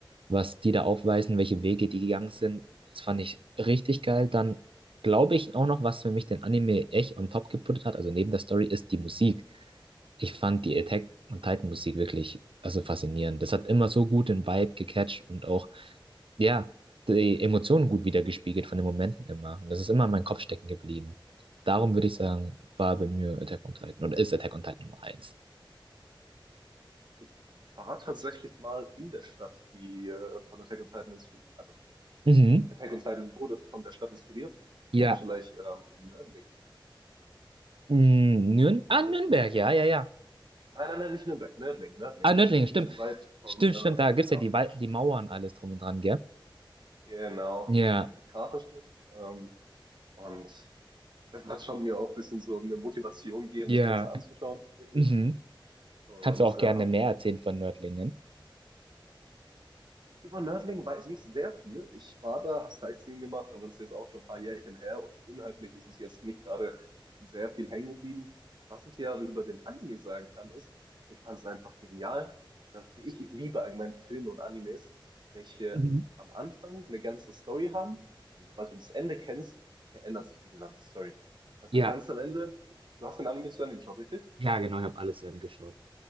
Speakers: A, on the right; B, on the right.
A: was die da aufweisen, welche Wege
B: Mhm.
A: die gegangen sind. Das fand ich richtig geil. Dann glaube ich auch noch, was für mich den Anime echt on top geputtet hat, also neben der Story, ist die Musik. Ich fand die Attack on Titan
B: Mhm.
A: Musik wirklich, also faszinierend. Das hat immer so gut den Vibe gecatcht und auch ja, die Emotionen gut wiedergespiegelt von den Momenten immer. Und das ist immer in meinem Kopf stecken geblieben. Darum würde ich sagen, war bei mir Attack on Titan oder ist Attack on Titan Nummer eins.
B: Ich war tatsächlich mal in der Stadt, die äh, von Attack on Titan inspiriert, also
A: Mhm.
B: Attack on Titan wurde von der Stadt inspiriert.
A: Ja.
B: Kennst du vielleicht ähm, Nördling?
A: Mm, Nürn ah, Nürnberg,
B: Nö-
A: ja, ja, ja.
B: Nein, nein, nein, nicht Nürnberg, Nördling, Nördling.
A: Ah, Nördlingen,
B: Nicht
A: stimmt.
B: weit von,
A: Stimmt,
B: äh,
A: stimmt, da gibt es ja
B: ja,
A: die, Wal- die Mauern und alles drum und dran, gell?
B: genau,
A: Ja,
B: das ist diese Kraterstadt. Ähm, Und es hat schon mir auch ein bisschen so eine Motivation gegeben,
A: ja.
B: das Ganze anzuschauen tatsächlich.
A: Mhm.
B: Und
A: Kannst du auch
B: ähm,
A: gerne mehr erzählen von Nördlingen?
B: Über Nördlingen weiß ich nicht sehr viel. Ich war da, habe Sightseeing gemacht, aber das ist jetzt auch schon ein paar Jährchen her und inhaltlich ist es jetzt nicht gerade sehr viel hängen geblieben. Was ich dir aber über den Anime sagen kann, ist, ich fand es einfach genial. Da- Ich, ich liebe allgemein Filme und Animes, welche
A: Mhm.
B: am Anfang eine ganze Story haben. Und sobald du das Ende kennst, verändert sich die gesamte Story. Also
A: Ja,
B: ganz am Ende, du hast den Anime zu Ende geschaut, richtig?
A: ja, genau, ich habe alles zu Ende geschaut.